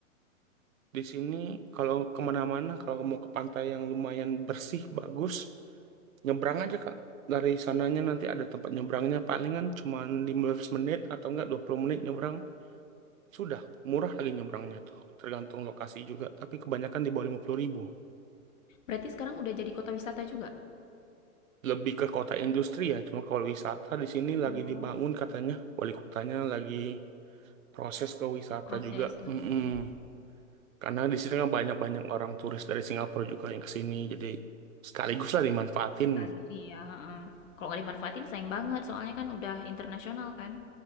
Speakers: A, on the right; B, on the left.
A: Di sini kalau kemana-mana, kalau mau ke pantai yang lumayan bersih, bagus, nyebrang aja Kak. Dari sananya nanti ada tempat nyebrangnya, palingan cuma 15 menit atau enggak 20 menit nyebrang. Sudah, murah lagi nyebrangnya itu. Tergantung lokasi juga, tapi kebanyakan di bawah 50 ribu.
B: Berarti sekarang udah jadi kota wisata juga?
A: Lebih ke kota industri ya, cuma kalau wisata di sini lagi
B: Oh,
A: dibangun katanya. Wali kotanya lagi proses ke wisata
B: proses,
A: juga.
B: mhm
A: Mm-mm.
B: mhm.
A: Karena di sini kan banyak-banyak orang turis dari Singapura juga yang ke sini, jadi sekaligus lah dimanfaatin
B: kali iya. Heeh. Kalau nggak dimanfaatin sayang banget, soalnya kan udah internasional kan.